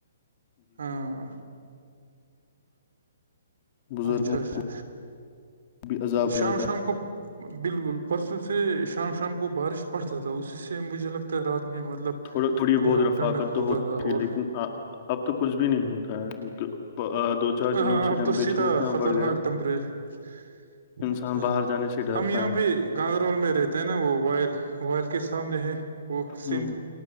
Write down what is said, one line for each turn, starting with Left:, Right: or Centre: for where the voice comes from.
Right: ہاں
Left: بزرگوں
Right: اچھا اچھا
Left: کو بھی عذاب
Right: شام
Left: جاتا
Right: شام
Left: ہے
Right: کو بالکل پرسوں سے شام شام کو بارش پڑتا تھا اسی سے مجھے لگتا ہے رات میں مطلب
Left: تھوڑا تھوڑی
Right: پورا
Left: بہت رفاقت
Right: ٹھنڈک
Left: تو
Right: ہوتا
Left: ہو
Right: تھا
Left: تھی
Right: اور
Left: لیکن آ اب تو کچھ بھی نہیں ہوتا ہے دو چار
Right: ہاں
Left: دنوں
Right: ہاں
Left: سے
Right: اب
Left: ٹیمپریچر
Right: تو سیدھا
Left: اتنا
Right: خطرناک
Left: بڑھ گیا
Right: ٹمپر ہ
Left: انسان باہر جانے سے ڈرتا
Right: ہم یہاں
Left: ہے
Right: پہ گاندربل میں رہتے ہیں نا وہ وائل وائل کے سامنے ہے وہ سندھ
Left: ہ